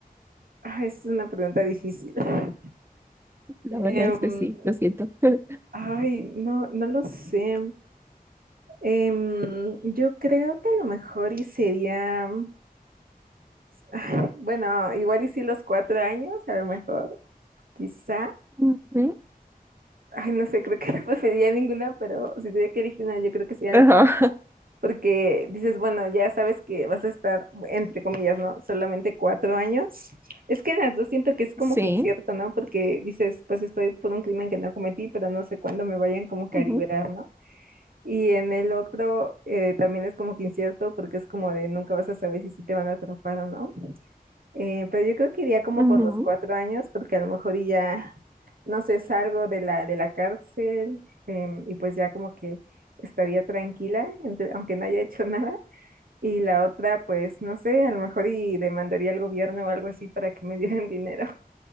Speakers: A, on the right; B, on the right.
A: Ah, Es una pregunta difícil. <laughs>
B: La verdad
A: Em,
B: es que sí, lo siento. <laughs>
A: ay, no, no lo sé. Em, yo creo que a lo mejor y sería, ay, bueno, igual y sí los cuatro años, a lo mejor, quizá.
B: Ujú.
A: Ay, no sé, creo que <laughs> no preferiría ninguna, pero si tuviera que elegir una, yo creo que sería
B: Ajá.
A: la primera. porque dices, bueno, ya sabes que vas a estar, entre comillas, ¿no? Solamente cuatro años. Es que en las dos siento que es como
B: Sí.
A: que incierto, ¿no? Porque dices, pues estoy por un crimen que no cometí, pero no sé cuándo me vayan como que
B: Ujú,
A: a liberar, ¿no? Y en el otro eh, también es como que incierto porque es como de nunca vas a saber si sí te van a atrapar o no. Eh, pero yo creo que iría como
B: ujú.
A: por los cuatro años porque a lo mejor y ya, no sé, salgo de la, de la cárcel eh, y pues ya como que estaría tranquila, entre- aunque no haya hecho nada. Y la otra, pues no sé, a lo mejor y demandaría al gobierno o algo así para que me dieran dinero